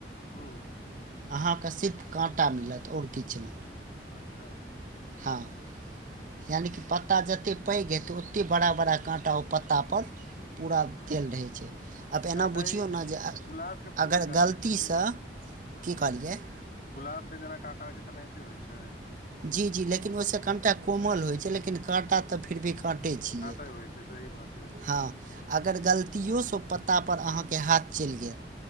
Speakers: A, on the left (about 50°); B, on the right (about 45°).
A: हूँ
B: अहाँक सिर्फ काँटा मिलत और किछ ने।
A: अच्छा।
B: हँ। यानि कि पत्ता जत्ते पैघ हेतै ओत्ते बड़ा - बड़ा काँटा ओ पत्ता पर पूरा तेल रहै छै। आब
A: तऽ काँटा
B: एना बुझियौ
A: ई
B: नऽ जे अ-
A: गुलाब के फूल
B: अगर
A: जकाँ रहै
B: गलती
A: छै की
B: सँ, की कहलियै,
A: गुलाब मे जेना काँटा होइ छै तेनाहिते होइ छै?
B: जी जी लेकिन ओहि से कनिटा कोमल होइ छै लेकिन काँटा त फिर भी काँटे छियै।
A: से होइ छै सही बात छै।
B: हँ अगर गलतियो सँ पत्ता पर अहाँके हाथ चलि गेल